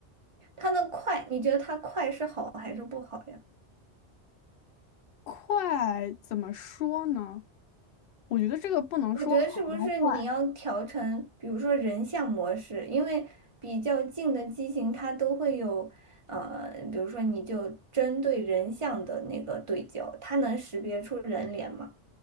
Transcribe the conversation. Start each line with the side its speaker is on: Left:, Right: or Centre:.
Right: 它的快，你觉得它快是好还是不好呀？
Left: 快怎么说呢？我觉得这个不能说好跟坏，
Right: 我觉得是不是你要调成，比如说人像模式，因为比较近的机型它都会有，呃，比如说你就针对人像的那个对焦，它能识别出人脸吗？